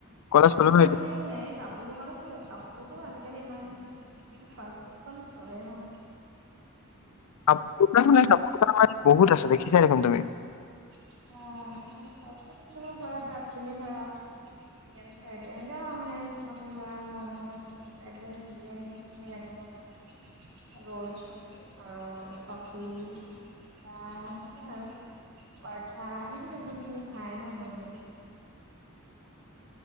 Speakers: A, on the left (about 75°); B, on the right (about 60°).
A: কলেজ পালো
B: নহলে
A: ন এতিয়া।
B: তুমি হেৰি কাপোৰ দোকানো খুলিবি কাপোৰতো আজিকালি ইমান কিন্তু ফাষ্ট ফুডখন চলে ন
A: আপোনাৰ মানে বহুত আছে দেখিছাই দেখোন তুমি
B: অ ফাৰ্ষ্ট ফুড খুলিব পাৰ তাত তুমি ধৰা চিকেন ফ্ৰাইডে সেনেকে আ বনাই প্ৰথম ধৰা momo, chicken fried rice, biryani সেইখিনি ৰাখিব পাৰা ৰল চল দিম আৰু কফি, চাহ সেনেকেই আৰু পৰঠা এইখিনি যোনখিনি খায় ন নৰ্মেলি